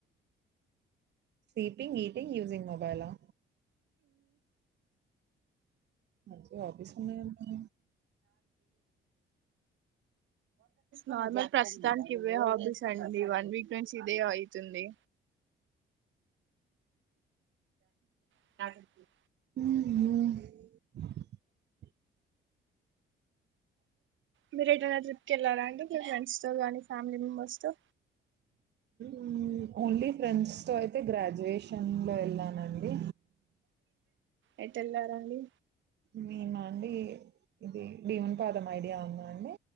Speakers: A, on the right; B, on the right.
A: స్లీపింగ్ ఈటింగ్ యూజింగ్ మొబైల్ ఆ మంచి హాబీస్ ఉన్నాయండీ
B: నార్మల్ ప్రస్తుతానికి ఇవే హాబీస్ అండి వన్ వీక్ నుంచి ఇదే అయ్యితంది <unintelligible>
A: హుహు. <inaudible>
B: మీరూ ఎటైనా ట్రిప్కి వెళ్లారండి మీ ఫ్రెండ్స్? సో కానీ ఫ్యామిలీ మెంబెర్స్ తో?
A: ఉమ్ ఓన్లీ ఫ్రెండ్స్ తో అయితే గ్రాడ్యుయేషన్ లో వెళ్ళానండి.
B: ఎటు వెళ్లారండి?
A: మేమ అండి ఇది భీమ్ పాదం ఐడియా ఉంద అండి?